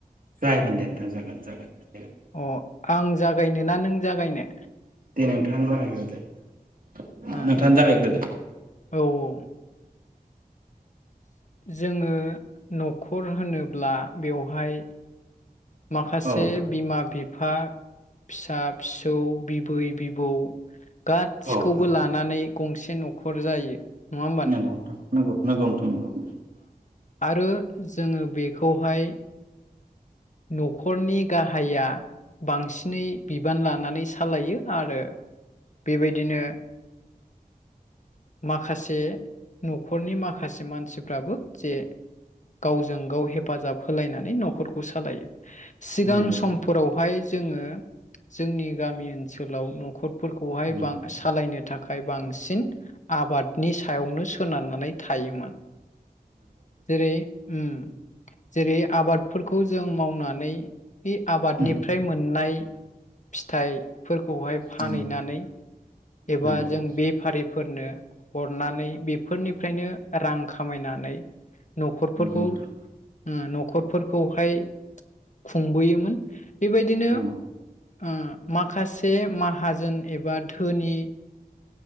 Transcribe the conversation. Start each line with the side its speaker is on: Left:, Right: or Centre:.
Right: जागोन दे नोंथां जागोन जागोन
Left: अ आं जागायनो ना नों जागायनो
Right: दे नोंथाङा जागायग्रोदो नोंथाङानो
Left: ओ
Right: जागायग्रोदो
Left: औ औ जोङो न'खर होनोब्ला बेवहाय माखासे
Right: औ नोंथां
Left: बिमा बिफा फिसा फिसौ बिबै बिबौ गासिखौबो
Right: औ नोंथां
Left: लानानै गंसे न'खर जायो नङा होमबा
Right: नंगौ नोंथां नंगौ नोंगौ नोथां नोंगौ
Left: आरो जोङो बेखौहाय न'खरनि गाहाया बांसिनै बिबान लानानै नानै सालायो आरो बेबायदिनो माखासे नखरनि माखासे मानसिफ्राबो जे गावजों गाव हेफाजाब होलायनानै न'खर खौ सालायो सिगां
Right: नंगौ औ
Left: समफोरावहाय जोङो जोंनि गामि ओनसोलाव न'खर फोरखौहाय
Right: नंगौ
Left: बां
Right: नोंथां
Left: सालायनो थाखाय बांसिन आबादनि सायावनो सोनारनानै थायोमोन जेरै उम जेरै आबाद खौ जों मावनानै बे आबादनिफ्राय
Right: उम
Left: मोननाय फिथाइ फोरखौहाय फानहैनानै
Right: नंगौ
Left: एबा
Right: नोंथां
Left: जों बेफारिफोरनो हरनानै फोरनिफ्रायनो रां खामायनानै न'खरफोरखौ
Right: नंगौ नोंथां
Left: ओम न'खरफोर खौहाय खुंबोयोमोन। बेबायदिनो
Right: नंगौ
Left: ओ
Right: उम
Left: माखासे माहाजोन एबा धोनि।